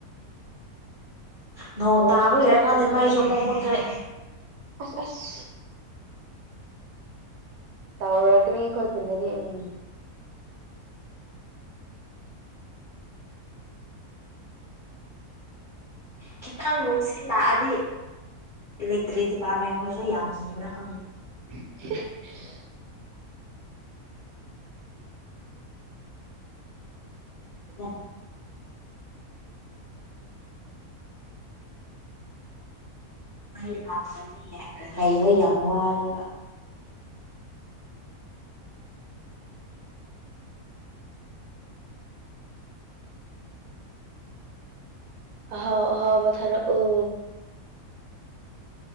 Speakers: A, on the left; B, on the right.
A: ꯅꯣꯡ
B: ꯂꯣꯏꯅ
A: ꯇꯥꯕꯒꯤꯔ
B: ꯆꯠꯄꯅꯦ
A: ꯈꯪꯗꯦ ꯃꯩꯁꯨ ꯑꯃꯨꯛ ꯃꯨꯠꯈ꯭ꯔꯦ
B: ꯑꯁ ꯑꯁ ꯇꯧꯔꯛꯀꯅꯤ ꯑꯩꯈꯣꯏ ꯈꯨꯟꯗꯗꯤ ꯎꯝ
A: ꯈꯤꯇꯪ ꯅꯨꯡꯁꯤꯠ ꯂꯛꯑꯗꯤ ꯏꯂꯦꯛꯇ꯭ꯔꯤꯛ ꯗꯤꯄꯥꯔꯠꯃꯦꯟ ꯈꫭꯏꯁꯨ ꯌꯥꯝ ꯀꯤꯕ꯭ꯔꯥ ꯈꯪꯗꯦ
B: <unintelligible>
A: ꯑꯗꯨꯝ ꯃꯩ ꯂꯥꯛꯄꯗꯤ ꯌꯥꯢ ꯂꯩꯕ ꯌꯥꯝ ꯋꯥꯔꯦꯕ
B: ꯑꯍꯥꯎ ꯑꯍꯥꯎꯕ ꯊꯥꯔꯛ ꯑꯣ